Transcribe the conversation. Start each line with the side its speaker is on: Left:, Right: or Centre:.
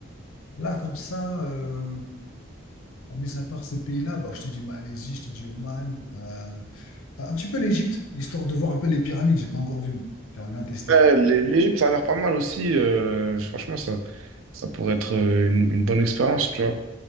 Left: là, là, comme ça, euh, mis à part ces pays-là, bah, je te dis Malaisie, je te dis Oman. euh, Euh, Un petit peu l'Égypte, histoire de voir un peu les pyramides. J'ai pas encore vu, moi. J'aimerais bien tester.
Right: ouais, les, les îles, ça a l'air pas mal aussi. euh, franchement, ça, ça pourrait être euh, une, une bonne expérience, tu vois.